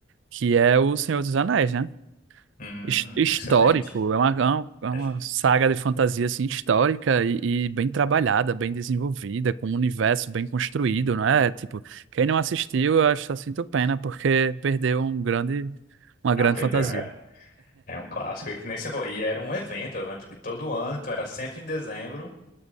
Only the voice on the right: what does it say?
que é O Senhor dos Anéis, né?
His- Histórico,
é uma, é uma é uma
saga de fantasia assim, histórica e, e bem trabalhada, bem desenvolvida, com um universo bem construído, não é? Tipo, quem não assistiu, eu acho só sinto pena, porque perdeu um grande, uma grande
fantasia.